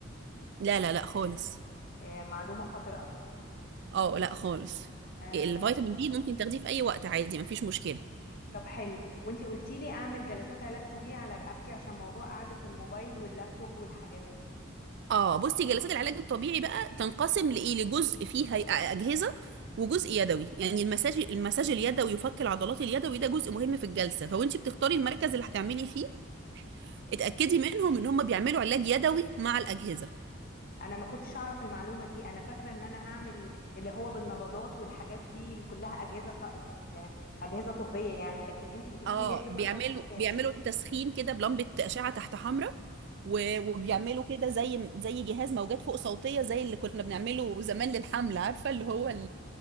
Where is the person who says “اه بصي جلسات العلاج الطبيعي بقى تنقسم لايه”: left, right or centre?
Right